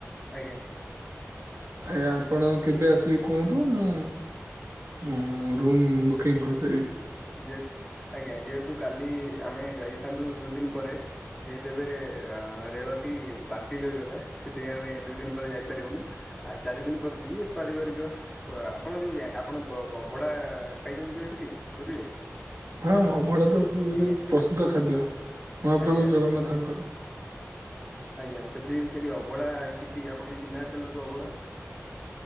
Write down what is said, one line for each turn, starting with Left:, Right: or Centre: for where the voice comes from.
Centre: ଆଜ୍ଞା।
Right: ଆ ଆପଣ କେବେ ଆସିବେ କୁହନ୍ତୁ, ମୁଁ ଉଁ ରୁମ୍ ବୁକିଂ କରଦେବି।
Centre: ଯେତ ଆଜ୍ଞା ଯେହେତୁ କାଲି ଆମେ ଯାଇଥାନ୍ତୁ ଦୁଇ ଦିନ ପରେ ଯେହେତୁ ଏବେ ଅ ରେଳଟି ବାତିଲ ହୋଇଗଲା। ସେଥିପାଇଁ ଆମେ ଦୁଇ ଦିନ ପରେ ଯାଇପାରିବୁନୁ। ଆ ଚାରି ଦିନ ପରେ ଯିବି ପାରିବାରିକ ଆପଣ ଯୋଉ ଯା ଆପଣ ଅଭଡ଼ା ଖାଇଛନ୍ତି କେବେ ସେଠି? ପୁରୀରେ।
Right: ହଁ ଅଭଡ଼ା ତ ପୁରୀରେ
Centre: ଆଜ୍ଞା
Right: ପ୍ରସିଦ୍ଧ ଖାଦ୍ୟ। ମହାପ୍ରଭୁ
Centre: ଆଜ୍ଞା
Right: ଜଗନ୍ନାଥଙ୍କର।
Centre: ଆଜ୍ଞା ସେଠି ସେଠି ଅବଢା କିଛି ଆପଣଙ୍କ ଚିହ୍ନା ଅଚନ୍ତି ଲୋକ ଅବଢା